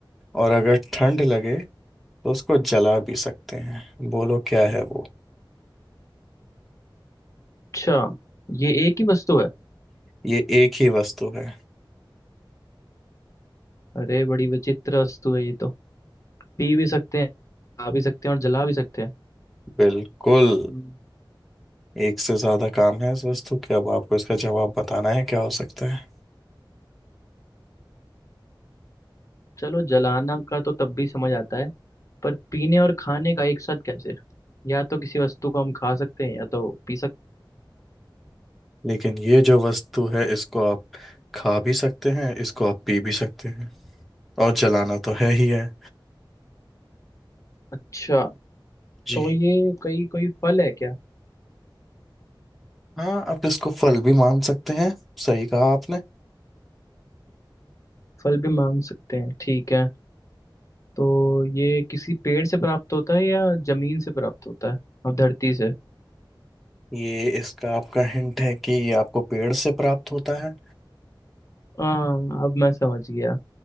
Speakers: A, in the centre; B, on the left (about 40°).
A: और अगर ठंड लगे तो उसको जला भी सकते हैं बोलो क्या है वो
B: अच्छा ये एक ही वस्तु है
A: ये एक ही वस्तु है
B: अरे बड़ी विचित्र वस्तु है ये तो पी भी सकते हैं खा भी सकते हैं और जला भी सकते हैं
A: बिल्कुल
B: हम्म,
A: एक से ज्यादा काम है इस वस्तु के अब आपको इसका जवाब बताना है क्या हो सकता है
B: चलो जलाना का तो तब भी समझ आता है पर पीने और खाने का एक साथ कैसे या तो किसी वस्तु को हम खा सकते हैं या तो पी सकते
A: लेकिन ये जो वस्तु है इसको आप खा भी सकते हैं इसको आप पी भी सकते हैं और जलाना तो है ही है
B: अच्छा
A: जी
B: तो ये कई कोई फल है क्या
A: हाँ आप इसको फल भी मान सकते हैं सही कहा आपने
B: फल भी मांग सकते हैं ठीक है तो ये किसी पेड़ से प्राप्त होता है या जमीन से प्राप्त होता है और धरती से
A: ये इसका आपका हिंट है कि ये आपको पेड़ से प्राप्त होता है
B: हाँ अब मैं समझ गया